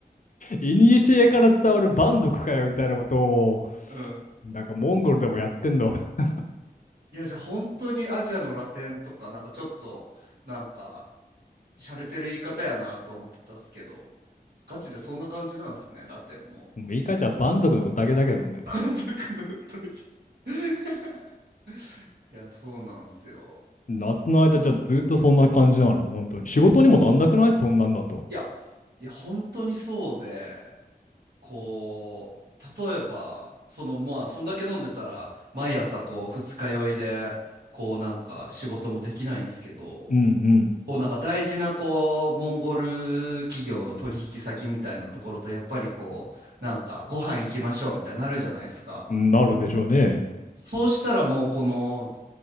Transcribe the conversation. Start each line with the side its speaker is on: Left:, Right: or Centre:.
Left: え、<laughs> いにしえから伝わる蛮族かよ、みたいなことを、
Right: うん。
Left: なんかモンゴルでもやってんの。<laughs> もう
Right: いや、じゃあ本当にアジアのラテンとか、なんかちょっと、なんか、洒落てる言い方やなと思ってたっすけど、ガチでそんな感じなんですね、ラテンも。
Left: 言い換えたら蛮族の宴だけどね。
Right: 満足の歌い <laughs> いや、そうなんすよ。
Left: 夏の間じゃあずっとそんな感じなの、本当に。仕事にもなんなくないそんなんだと。
Right: そう。いや、いや、本当にそうで、こう例えばそのまあそんだけ飲んでたら毎朝こう二日酔いでこうなんか仕事もできないんですけど
Left: うん
Right: こうなんか大事なこうモンゴル企業の取引先みたいなところとやっぱりこうなんかご飯行きましょうみたいになるじゃないですか。
Left: うん。なるでしょうね。
Right: そうしたらもうこの、